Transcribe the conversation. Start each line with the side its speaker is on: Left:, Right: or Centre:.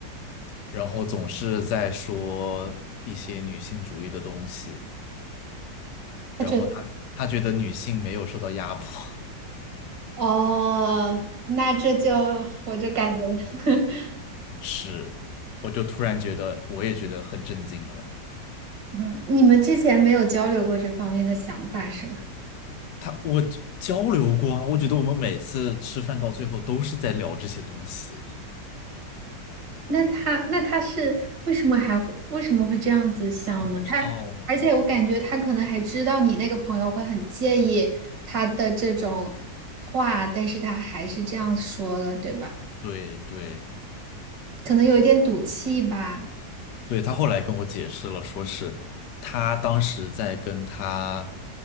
Left: 然后总是在说一些女性主义的东西，
Right: 他觉得
Left: 然后他他觉得女性没有受到压迫，
Right: 哦，那这就我就感觉，<laughs>
Left: 是，我就突然觉得我也觉得很震惊了。
Right: 嗯你们之前没有交流过这方面的想法是吧？
Left: 他我交流过啊，我觉得我们每次吃饭到最后都是在聊这些东西，
Right: 那他那他是为什么还会为什么会这样子想呢？
Left: 我不知道啊。
Right: 他而且我感觉他可能还知道你那个朋友会很介意他的这种话，但是他还是这样说了，对吧？
Left: 对对
Right: 可能有一点赌气吧。
Left: 对，他后来跟我解释了，说是他当时在跟他